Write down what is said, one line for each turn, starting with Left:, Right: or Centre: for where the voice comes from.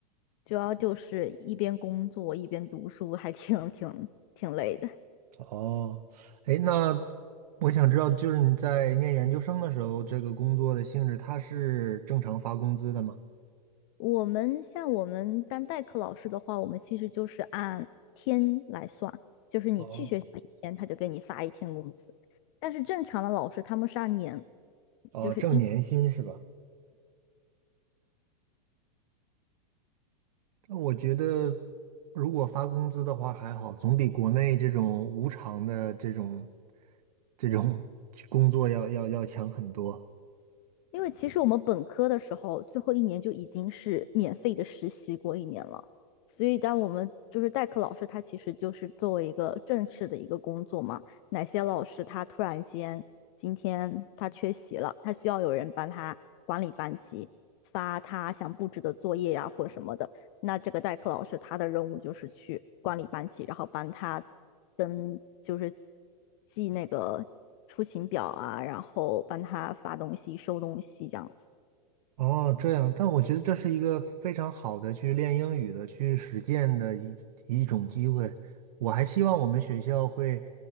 Left: 主要就是一边工作一边读书，还挺挺挺累的。
Right: 哦，哎，那我想知道，就是你在念研究生的时候，这个工作的性质，它是正常发工资的吗？
Left: 我们像我们当代课老师的话，我们其实就是按天来算，就是你去学校一天，
Right: 哦，
Left: 他就给你发一天工资。但是正常的老师他们是按年，
Right: 哦，
Left: 就是一。
Right: 挣年薪是吧？我觉得如果发工资的话还好，总比国内这种无偿的这种这种工作要要要强很多。
Left: 因为其实我们本科的时候，最后一年就已经是免费的实习过一年了，所以当我们就是代课老师，他其实就是作为一个正式的一个工作嘛。哪些老师他突然间今天他缺席了，他需要有人帮他管理班级，发他想布置的作业呀、或者什么的，那这个代课老师他的任务就是去管理班级，然后帮他登就是记那个出勤表啊，然后帮他发东西、收东西这样子。
Right: 哦，这样，但我觉得这是一个非常好的去练英语的、去实践的一一种机会。我还希望我们学校会，